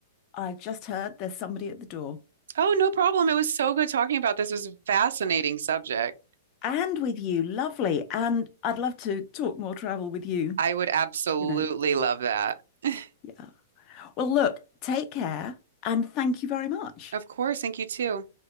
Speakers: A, on the left; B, on the right.
A: I've just heard there's somebody at the door.
B: Oh, no problem. It was so good talking about this. It was a fascinating subject.
A: And with you, lovely. And I'd love to talk more travel with you,
B: I would absolutely
A: you know.
B: love that. <laughs>
A: Yeah. Well, look, take care and thank you very much.
B: Of course. Thank you too.